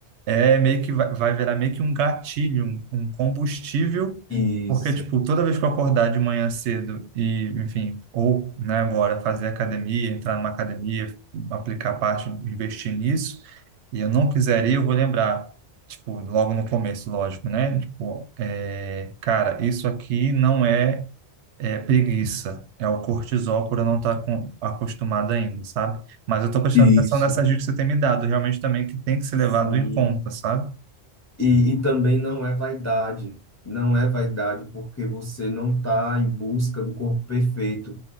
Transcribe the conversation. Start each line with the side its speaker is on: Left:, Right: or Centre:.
Right: é meio que vai, vai virar meio que um gatilho, um um combustível
Left: isso,
Right: porque, tipo, toda vez que eu acordar de manhã cedo e, enfim, ou, né, agora fazer academia, entrar numa academia, aplicar parte, investir nisso, e eu não quiser ir, eu vou lembrar, tipo, logo no começo, lógico, né? Tipo, é, cara, isso aqui não é, é preguiça, é o cortisol por eu não estar com, acostumado ainda, sabe? Mas eu tô prestando
Left: isso.
Right: atenção nessas dicas que você tem me dado, realmente também que tem que ser
Left: Sim.
Right: levado em conta, sabe?
Left: E, e também não é vaidade. Não é vaidade porque você não está em busca do corpo perfeito.